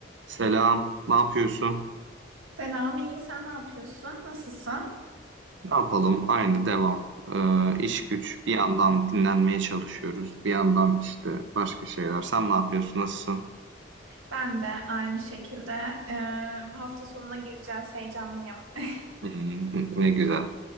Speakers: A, on the right; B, on the right.
A: Selam, ne yapıyorsun?
B: Selam, iyi. Sen ne yapıyorsun? Nasılsın?
A: Ne yapalım? Aynı devam. Ee, iş güç. Bir yandan dinlenmeye çalışıyoruz. Bir yandan işte başka şeyler. Sen ne yapıyorsun? Nasılsın? <laughs>
B: Ben de aynı şekilde e, hafta sonuna gireceğiz. Heyecanlıyım. <laughs>
A: Hmm, ne güzel.